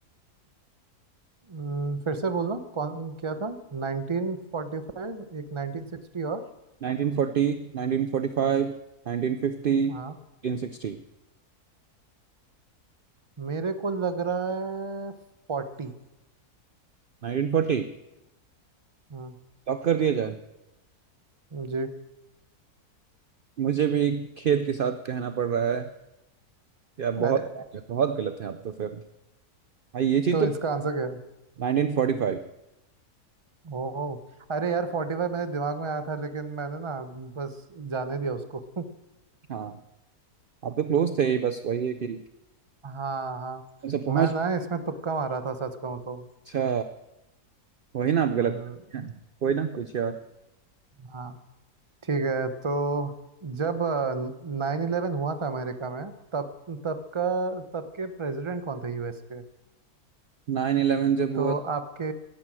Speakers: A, on the right; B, on the right.
A: हम्म, फिर से बोलना कौन क्या था 1945 एक 1960 और
B: 1940 1945 1950 1960
A: हाँ मेरे को लग रहा है फोर्टी
B: 1940
A: हम्म
B: लॉक कर दिया जाए
A: जी
B: मुझे भी खेद के साथ कहना पड़ रहा है या बहुत
A: अरे अरे
B: बहुत गलत है आप तो फिर भाई ये चीज़
A: तो
B: तो
A: इसका आंसर क्या है
B: 1945
A: ओ अरे यार फोर्टी फाइव मेरे दिमाग में आया था लेकिन मैंने ना बस जाने दिया उसको <laughs>
B: हाँ आप तो क्लोज थे ही बस वही है कि
A: हाँ हाँ
B: अच्छा पहुंच
A: मैं ना इसमें तुक्का मारा था सच कहूँ तो
B: अच्छा वही ना आप गलत
A: हम्म,
B: हैं। कोई ना कुछ यार
A: हाँ ठीक है तो जब नाइन इलेवन हुआ था अमेरिका में तब तब का तब के प्रेसिडेंट कौन थे यूएस के?
B: नाइन इलेवन जब हुआ
A: तो आपके